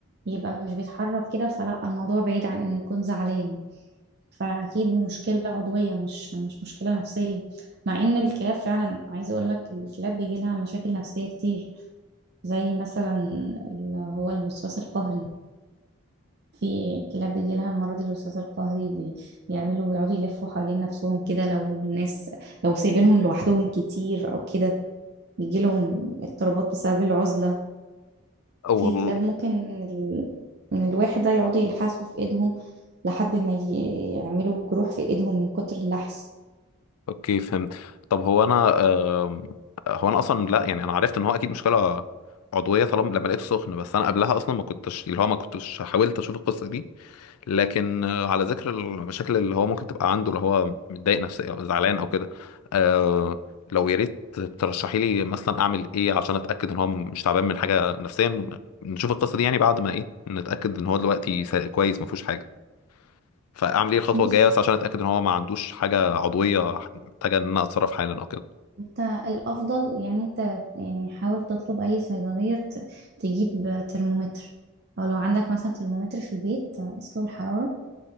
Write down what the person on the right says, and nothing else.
يبقى مش بيتحرك كده فلا الموضوع بعيد عن إنه يكون زعلان فأكيد مشكلة عضوية مش مش مشكلة نفسية مع إن الكلاب فعلا عايزة أقول لك الكلاب بيجي لها مشاكل نفسية كتير زي مثلا اللي هو الوسواس القهري في كلاب بيجي لها المرض الوسواس القهري بي- بيعملوا بيقعدوا يلفوا حوالين نفسهم كده لو الناس لو سايبينهم لوحدهم كتير أو كده بيجي لهم اضطرابات بسبب العزلة
في كلاب ممكن من ال... من الواحد ده يقعدوا يلحسوا في ايدهم لحد ما ي- يعملوا جروح في ايدهم من كتر اللحس
بص
انت الافضل يعني ت... يعني حاول تطلب اي صيدليه ت... تجيب ترمومتر او لو عندك مثلا ترمومتر في البيت قيس له الحراره